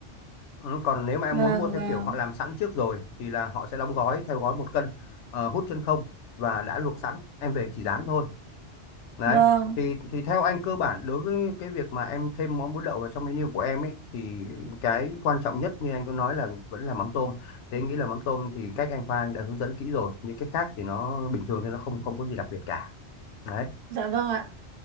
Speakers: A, on the left; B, on the right.
A: ừ, còn nếu mà em
B: vâng,
A: muốn mua theo
B: vâng,
A: kiểu họ làm sẵn trước rồi thì là họ sẽ đóng gói theo gói một cân ờ, hút chân không và đã luộc sẵn em về chỉ rán thôi đấy
B: vâng,
A: thì thì theo anh cơ bản đối với cái việc mà em thêm món bún đậu vào trong menu của em ấy thì cái quan trọng nhất như anh có nói là vẫn là mắm tôm thế anh nghĩ là mắm tôm thì cách anh pha anh đã hướng dẫn kỹ rồi những cái khác thì nó bình thường thì nó không không có gì đặc biệt cả đấy
B: dạ vâng ạ.